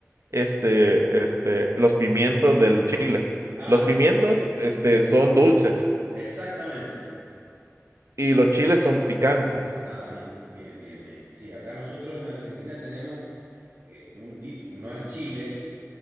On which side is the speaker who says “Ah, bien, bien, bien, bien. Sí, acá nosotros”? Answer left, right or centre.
Right